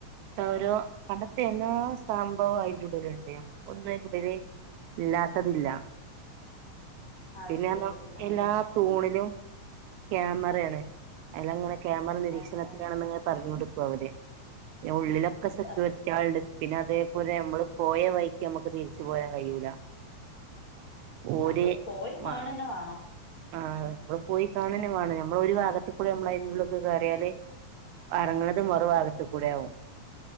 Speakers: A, on the right (about 80°); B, on the left (about 30°).
A: ത്തൊ ഓരോ പണ്ടത്തെ എല്ലാ സംഭവം അയിന്റെഉള്ളിലുണ്ട് നമ്മുക്കൊന്നും അയ്ന്റെ ഉള്ളില് ഇല്ലാത്തതില്ല
B: അത്
A: പിന്നേറഞ്ഞ
B: ശരി അത് ശരി ആഹ്
A: എല്ലാ തൂണിലും ക്യാമറേണ് അയ്ലങ്ങനെ ക്യാമറ നിരീക്ഷണത്തിാണെന്ന്ങ്ങനെ
B: ആഹ് ഏഹ്
A: പറഞ്ഞോണ്ട്ക്കും അവര് പിന്നെ ഉള്ളിലൊക്കെ സെക്യൂരിറ്റാൾണ്ട്
B: ഏഹ്
A: പിന്നെ അതേപോലെ ഞമ്മള് പോയ വൈക്ക് ഞമ്മക്ക് തിരിച്ചു പോരാൻ കഴിയൂല ഓര്
B: നമ്മള് പോയി കാണന്നെ
A: മാ
B: വേണം
A: ആഹ് നമ്മള് പോയി കാണെന്നെ വാണം നമ്മള് ഒരു ഭാഗത്ത്കൂടി ഞമ്മളയ്ന്റെ ഉള്ള് ക്ക് കേറിയാല് അറങ്ങ്ണത് മറു ഭാഗത്ത്ക്കൂടെ ആവും